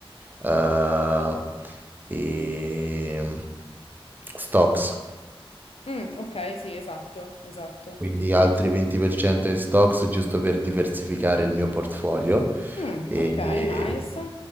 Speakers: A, on the right; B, on the left.
A: eh, eh, e- stocks
B: Mm, ok, sì, esatto, esatto.
A: quindi altri 20% in stocks giusto per diversificare il mio portfolio
B: Mm,
A: e,
B: ok, nice.